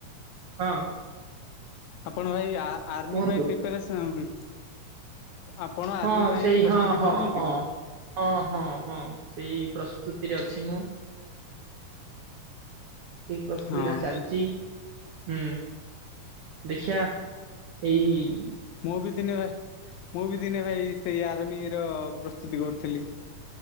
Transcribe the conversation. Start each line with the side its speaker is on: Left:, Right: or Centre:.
Right: ହଁ।
Left: ଆପଣ ଭାଇ ଆ ଆର୍ମି
Right: କୁହନ୍ତୁ
Left: ପାଇଁ ପ୍ରିପାରେସନ୍ ଆପଣ ଆର୍ମି
Right: ହଁ
Left: ପାଇଁ
Right: ସେଇ
Left: ପ୍ରସ୍ତୁତି
Right: ହଁ ହଁ
Left: କରୁଛନ୍ତି
Right: ହଁ।
Left: କି।
Right: ହଁ ହଁ ହଁ ସେଇ ପ୍ରସ୍ତୁତିରେ ଅଛି ମୁଁ। କି ପ୍ରସ୍ତୁତି
Left: ହଁ
Right: ଟା ଚାଲିଚି। ହୁଁ ଦେଖୀଆ ଏଇ
Left: ମୁଁ ବି ଦିନେ ଭା ମୁଁ ବି ଦିନେ ଭାଇ ସେଇ ଆର୍ମିର ପ୍ରସ୍ତୁତି କରୁଥିଲି।